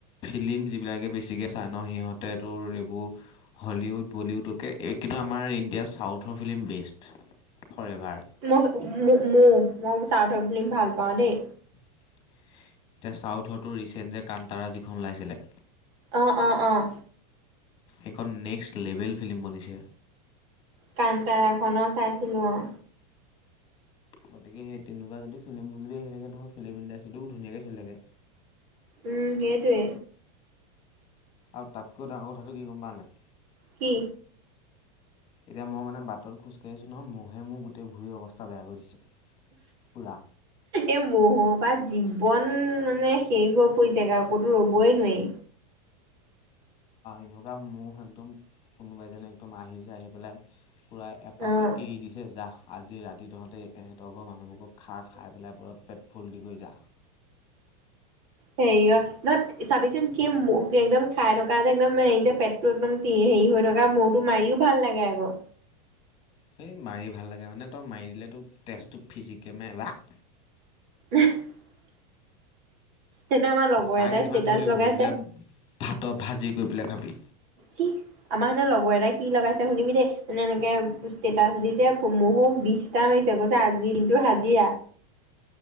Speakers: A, on the left (about 25°); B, on the right (about 40°).
A: ফিলি্ম যিবিলাকে বেছিকৈ চাই ন সিহঁতেতোৰ এইবোৰ হলিউড বলিউডতকে কিন্তু আমাৰ ইণ্ডিয়াৰ চাউথৰ ফিলি্ম বেষ্ট। ফৰ এভাৰ
B: মু -মু -মু। চাউডৰ ফিলিম ভাল। পাওঁ দেই।
A: এতিয়া চাউথ হোৱাটো ৰিচেণ্ট যে কান্তাৰা যিখন ওলাইছিলে।
B: অহ অহ অহ।
A: এখন নেক্সট লেভেল ফিল্ম বনিছে।
B: কান্তাৰাখনো চাইছিলো অ'।
A: গতিকে সেই। তেনেকুৱা যদি ফিল্ম যদি আহে। তেনেকৈ ধৰক ফিল্ম ইণ্ডাষ্ট্ৰিটোও ধুনাকৈ ছলি থাকে।
B: উম সেইটোৱে।
A: আৰু তাতকৈও ডাঙৰ কথাটো কি গম পোৱা নাই।
B: কি।
A: এতিয়া মই মানে বাটত খোজকাঢ়িছোঁ নহয় মহে মোৰ গোটেই ভুৰি অৱস্থা বেয়া কৰি দিছে। পূৰা
B: এই মহ বা জীৱন। মানে শেষ হৈ পৰি যগা আকৌতো ৰবই নোৱাৰি।
A: এনেকুৱা ম একদম কোনোবাইজনে একদম আহিছে আহি পেলাই। পূৰাই এপালে
B: অ'।
A: এৰি দিছে জাহ। আজি ৰাতি তহঁতে। আট ঘৰ মানুহবোৰক খা খাইেলাই পোৱা। পেটফুল দি গৈ যা।
B: হেৰিয় নহ চাবিচোন সি ম একদম খাই থকা যে একদম হে যে পেটটো একদম কি হেৰি হৈ থকা মৌৰটো মাৰিও ভাল লাগে আকৌ।
A: সেই মাৰি ভাল লাগে মানে তই মাৰি দিলেতো তেজটো ফিজিকেমে এবাক।
B: <unintelligible> তেনে আমাৰ লগৰ
A: তাৰ
B: এটাই
A: কেইটামান
B: ষ্টেটাচ
A: ধৰি ল'বি
B: লগাইছে
A: ধৰি পেলাই ভাতত ভাজি কৰি পেলাই খাবি
B: কি আমাৰ সনে লগৰ এটাই। কি লগাইছে শুনিবি দেই মানে এনেকে ষ্টেটাচ দিছে মহহো বিশটা মাৰিছে কৈছে আজি দিনটো হাজিৰা।